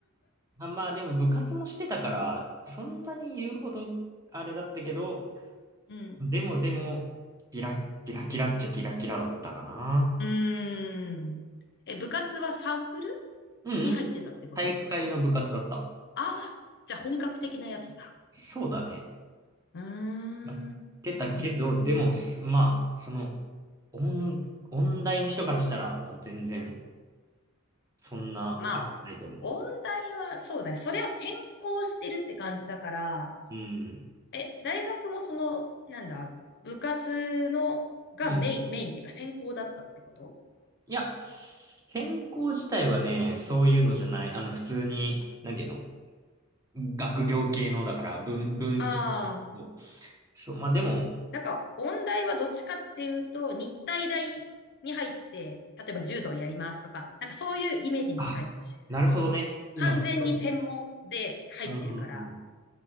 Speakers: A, on the right; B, on the left.
A: あ、まあでも部活もしてたから、そんなに言うほどあれだったけど、
B: <laughs> うん。
A: でもでも、キラッキラキラっちゃキラキラだったかな。
B: うーん。え、部活はサークル
A: うんうん、
B: に入ってたってこと
A: 体育会の部活だった。
B: ああ、じゃあ本格的なやつだ。
A: そうだね。
B: うーん。
A: なってたけど、
B: そうなんだ。
A: でも、すまあ、その、音、音大の人からしたら、多分全然、そんな、
B: まあ、
A: あれないと思う。
B: 音大はそうだね。それを専攻してるって感じだから、
A: うん。
B: え、大学もその、なんだ、部活の、がメイン、
A: うん。
B: メインっていうか専攻だったってこと
A: いや、専攻自体はね、そういうのじゃない。あの、普通に、なんていうの学業系の、だから、文、文系なんだけど。
B: ああ、
A: そう、まあでも、
B: なんか、音大はどっちかっていうと、日体大に入って、例えば柔道やりますとか、なんかそういうイメージに近いかもしれない。
A: あ、なるほどね。今、
B: 完全に専門で入ってるから、
A: すごい。うんうんうん。